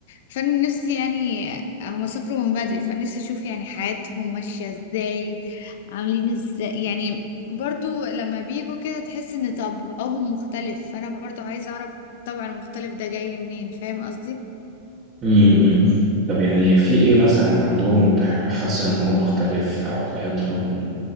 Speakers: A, on the left; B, on the right.
A: فانا نفسي يعني هما سافروا من بدري فانا نفسي اشوف يعني حياتهم ماشية ازاي عاملين ازاي يعني برضو لما بيجوا كده تحس ان طبعهم مختلف فانا برضو عايزة اعرف الطبع المختلف ده جاي منين فاهم قصدي
B: لي طب يعني في ايه مثلا عندهم تح- حاسه ان هو مختلف او حياتهم